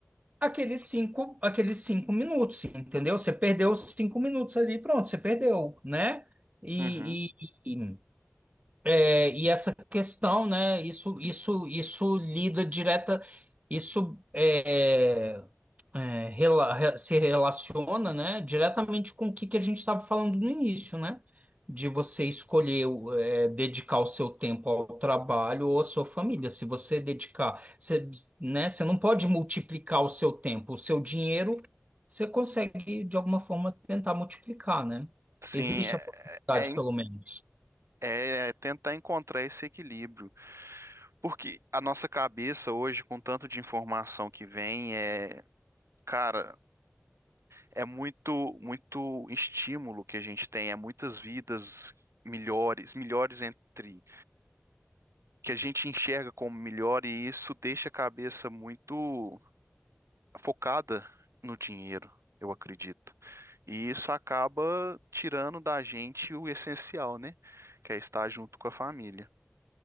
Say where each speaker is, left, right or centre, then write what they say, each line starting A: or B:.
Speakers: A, on the right; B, on the right.
A: aqueles cinco, aqueles cinco minutos, entendeu? Você perdeu os cinco minutos ali, pronto, você perdeu, né? E,
B: Uhum.
A: e, e, é, e essa questão, né? Isso, isso, isso lida direta. Isso é, é, rela- re- se relaciona, né, diretamente com o que, que a gente estava falando no início, né? De você escolher o- é, dedicar o seu tempo ao trabalho ou à sua família. Se você dedicar, você, né, você não pode multiplicar o seu tempo, o seu dinheiro, você consegue, de alguma forma, tentar multiplicar, né?
B: Sim,
A: Existe
B: é,
A: a possibilidade,
B: é, en-
A: pelo menos.
B: é tentar encontrar esse equilíbrio. Porque a nossa cabeça hoje, com tanto de informação que vem, é, cara, é muito, muito estímulo que a gente tem, é muitas vidas melhores, melhores entre que a gente enxerga como melhor, e isso deixa a cabeça muito focada no dinheiro, eu acredito. E isso acaba tirando da gente o essencial, né? Que é estar junto com a família.